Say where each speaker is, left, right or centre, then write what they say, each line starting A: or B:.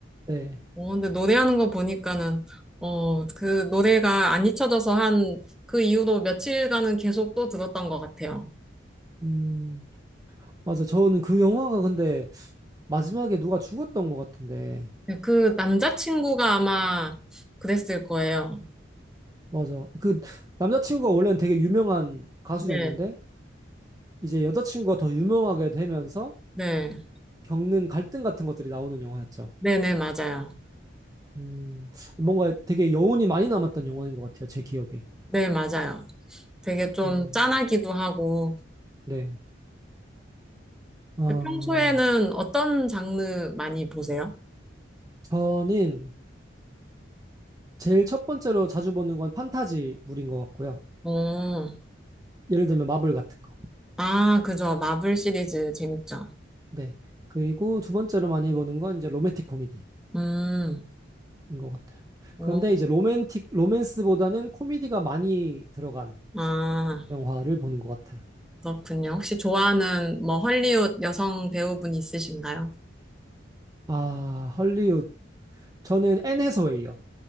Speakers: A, on the right (about 20°); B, in the centre.
A: 네.
B: 어, 근데 노래하는 거 보니까는, 어, 그 노래가 안 잊혀져서 한 그 이후로 며칠간은 계속 또 들었던 것 같아요.
A: 음, 맞아. 저는 그 영화가 근데 마지막에 누가 죽었던 것 같은데.
B: 네, 그 남자친구가 아마 그랬을 거예요.
A: 맞아. 그 남자친구가 원래는 되게 유명한 가수였는데,
B: 네,
A: 이제 여자친구가 더 유명하게 되면서
B: 네.
A: 겪는 갈등 같은 것들이 나오는 영화였죠.
B: 네네, 맞아요.
A: 음, 뭔가 되게 여운이 많이 남았던 영화인 것 같아요. 제 기억에.
B: 네, 맞아요. 되게 좀
A: 음,
B: 짠하기도 하고,
A: 네. 어,
B: 평소에는 어떤 장르 많이 보세요?
A: 저는 제일 첫 번째로 자주 보는 건 판타지물인 것 같고요.
B: 어,
A: 예를 들면 마블 같은 거.
B: 아, 그죠. 마블 시리즈 재밌죠.
A: 네. 그리고 두 번째로 많이 보는 건 이제 로맨틱 코미디.
B: 음,
A: 인 것 같아요.
B: 어,
A: 그런데 이제 로맨틱, 로맨스보다는 코미디가 많이 들어간
B: 아,
A: 영화를 보는 것 같아요.
B: 그렇군요. 혹시 좋아하는 뭐 헐리우드 여성 배우분 있으신가요?
A: 아, 헐리우드. 저는 앤 해서웨이요.